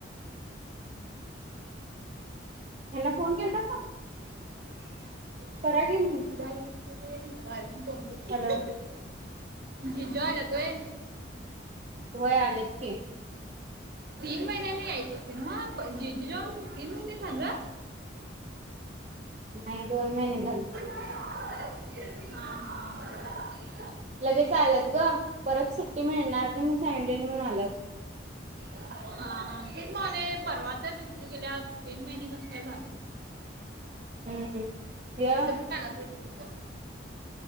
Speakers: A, on the right; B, on the right.
A: यांना फोन केलतासा?
B: <unintelligible>
A: करा की मग. हॅलो
B: जीजू आल्यात होय?
A: वय आलेत की.
B: तीन महिन्यांनी यायच असते ना जीजू जाऊन तीन महिने झाल.
A: नाही दोन महिने झाल.
B: हा हा.
A: लगेच आल्यात ग परत सुट्टी मिळणार नाही म्हणून सांगिटल्यालीत म्हणू आल्यात.
B: हा हा तेच म्हणालोय परवा तर जीजू गेल्यात तीन महिने कस काय झाले.
A: हम्म. य
B: तिथ पण काना <unintelligible>